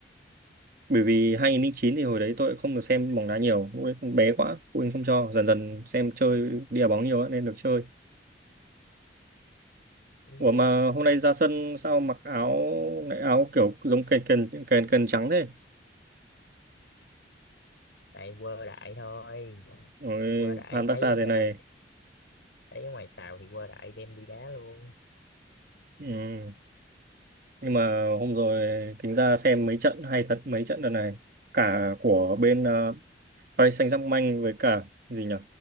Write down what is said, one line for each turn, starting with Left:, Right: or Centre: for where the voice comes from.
Right: bởi vì hai
Left: ừ,
Right: không không chín thì hồi đấy tôi cũng không được xem bóng đá nhiều lúc đấy còn bé quá phụ huynh không cho dần dần xem chơi đi đá bóng nhiều á, nên được chơi
Left: đúng
Right: Ủa
Left: rồi
Right: mà hôm nay ra sân sao mặc áo lại áo kiểu giống kền kền kền kền trắng thế?
Left: tại quơ đại thôi
Right: Ôi,
Left: quơ đại
Right: Van Barca
Left: thấy
Right: thế này.
Left: ờ, thấy ở ngoài xào thì quơ đại đem đi đá luôn
Right: Ừ. Nhưng mà hôm rồi tính ra xem mấy trận hay thật mấy trận đợt này cả của bên ờ, Paris Saint-Germain với cả gì nhỉ?